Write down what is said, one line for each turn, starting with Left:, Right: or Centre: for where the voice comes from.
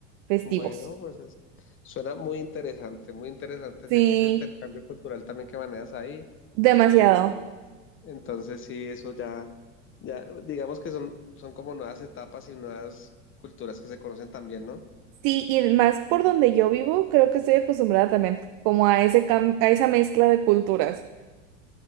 Right: festivos.
Left: Bueno, pues es- suena muy interesante, muy interesante
Right: Sí,
Left: ese, ese intercambio cultural también que manejas ahí.
Right: demasiado.
Left: Eh, entonces, sí, eso ya, ya, digamos que son, son como nuevas etapas y nuevas culturas que se conocen también, ¿no?
Right: Sí, y más por donde yo vivo, creo que estoy acostumbrada también como a ese cam- a esa mezcla de culturas.